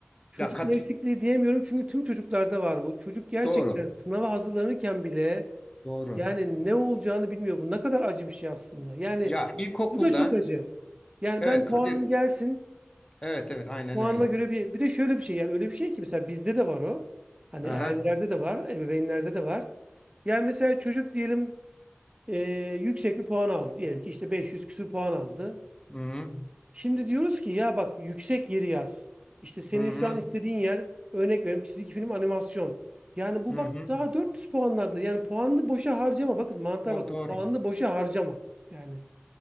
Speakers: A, on the right; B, on the left.
A: Çocuklar
B: Ya kat
A: eksikliği diyemiyorum çünkü tüm çocuklarda var bu. Çocuk gerçekten
B: doğru.
A: sınava hazırlanırken bile
B: Doğru.
A: Yani ne olacağını bilmiyor. Bu ne kadar acı bir şey aslında. Yani
B: Ya ilkokulda
A: bu da çok acı. Yani
B: evet
A: ben
B: Kadir
A: puanım gelsin.
B: evet evet aynen
A: Puanıma
B: öyle.
A: göre bir bir de şöyle bir şey yani öyle bir şey ki mesela bizde de var o. Hani
B: Aha.
A: ailelerde de var, ebeveynlerde de var. Yani mesela çocuk diyelim e, yüksek bir puan aldı. Diyelim ki işte 500 küsur puan aldı.
B: Hı hı.
A: Şimdi diyoruz ki ya bak yüksek yeri yaz. İşte senin
B: Hı hı.
A: şu an istediğin yer örnek veriyorum çizgi film animasyon. Yani bu
B: Hı
A: bak
B: hı.
A: daha 400 puanlarda. Yani puanlı boşa harcama. Bakın mantığa
B: O
A: bakın.
B: doğru.
A: Puanlı boşa harcama. Yani